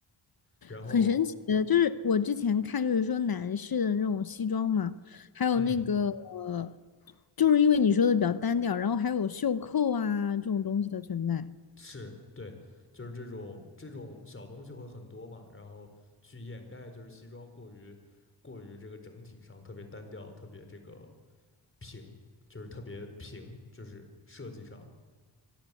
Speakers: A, on the left (about 30°); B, on the left (about 50°).
A: 然后，
B: 很神奇的。就是我之前看，就是说男士的那种西装嘛，还有那个，
A: 嗯，
B: 呃就是因为你说的比较单调，然后还有袖扣啊这种东西的存在。
A: 是对，就是这种这种小东西会很多嘛，然后去掩盖就是西装过于过于这个整体上特别单调，特别这个平，就是特别平，就是设计上